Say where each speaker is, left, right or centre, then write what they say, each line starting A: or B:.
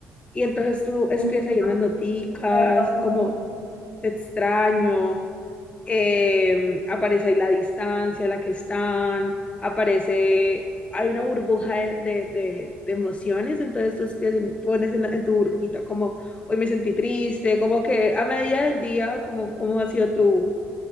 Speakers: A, on the left; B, on the left.
A: Y entonces tú escribes
B: mucho,
A: ahí unas noticas,
B: está bastante
A: como
B: bonito.
A: te extraño, eh, aparece ahí la distancia a la que están, aparece, hay una burbuja de, de- de- de emociones, entonces tú escribes en- pones en, la- en tu burbujita como hoy me sentí triste, como que a medida del día, como cómo ha sido tu,